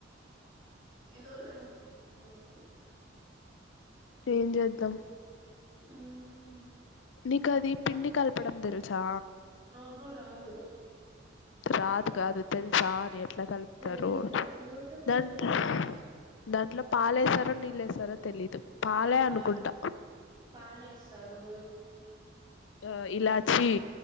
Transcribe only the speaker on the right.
తినాలి అనిపించిది మాకు
హ్మ్
ఆహా రాదు
తెలిదు యూట్యూబ్ లో
చూడ్డం పా
పాలు
పాలు పాలేస్తారు
ఇలా